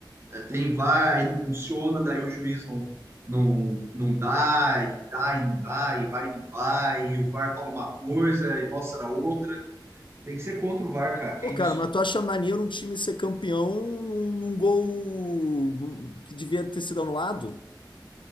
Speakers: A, on the right; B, on the left.
A: é, tem VAR e não funciona, daí o juiz não, não, não dá, e dá e não dá, e vai e não vai, e o VAR fala uma coisa e mostra outra. Tem que ser contra o VAR, cara. Que
B: Pô,
A: isso.
B: cara, mas tu acha maneiro um time ser campeão num, num gol que devia ter sido anulado?